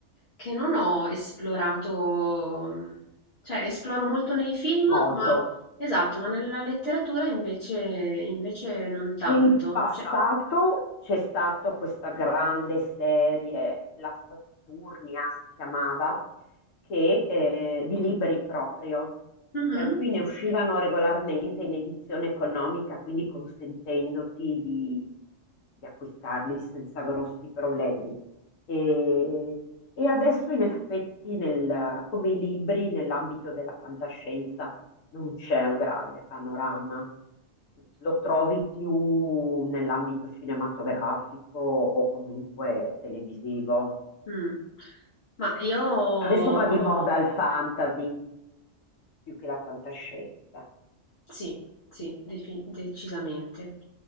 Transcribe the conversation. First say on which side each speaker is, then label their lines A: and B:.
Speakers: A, on the left (about 55°); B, on the left (about 85°).
A: che non ho esplorato, mhmm, cioè esploro molto nei film,
B: molto,
A: ma esatto, ma nella letteratura invece, invece non tanto.
B: In passato
A: Cioè,
B: c'è stata questa grande serie, la Saturnia si chiamava, che, eh, di libri proprio,
A: mhm,
B: per cui ne uscivano regolarmente in edizione economica, quindi consentendoti di, di acquistarli senza grossi problemi. E, e adesso in effetti nel- come i libri nell'ambito della fantascienza non c'è un grande panorama. Lo trovi più nell'ambito cinematografico o comunque televisivo.
A: mm. Ma io
B: Adesso va di moda il fantasy più che la fantascienza.
A: Sì, sì, defi decisamente.